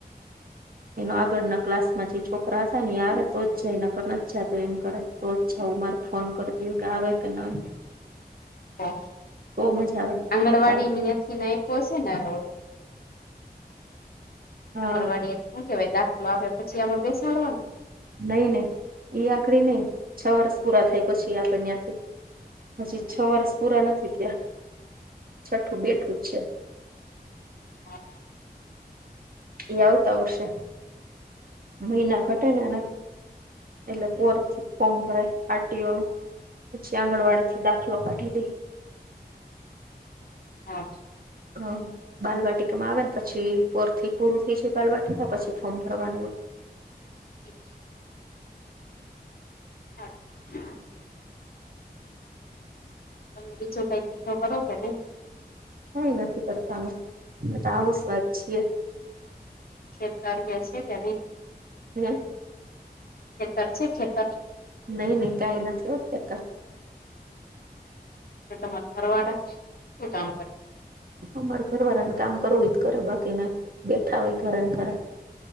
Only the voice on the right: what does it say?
એનો આગળના ક્લાસમાં જે છોકરા હતા ને એ આવે તો જ જાય નકર નથ જતો એમ કરે. તો જ છે મારે ફોન કરી દયો કે આવે કે નહી.
મજા આવે
બાકી
હા
નઈ નહી ઈ આકડી નઈ છ વર્ષ પૂરા થાય પછી આપે ન્યાથી. હજી છ વર્ષ પૂરા નથી થયા છઠ્ઠું બેઠું જ છે.
પછી આવતા વર્ષે મહિના ઘટે ને એના એટલે પોર થી ફોર્મ ભરાય આરટીઓનું પછી આંગણવાડીથી દાખલો કાઢી દે.
અ બાલવાટિકામાં આવે ને પછી પોર થી પૂરું થઈ જાય બાલવાટિકા પછી ફોર્મ ભરવાનું હોય.
કાઈ નથી કરતા અમે અમે તો આવું જ વાત છીએ.
હે
નય નય કાઈ નથી હો ખેતર.
અમારા ઘરવાળા ને કામ કરવુંય કરે બાકી ના બેઠા હોય ઘરે ને ઘરે.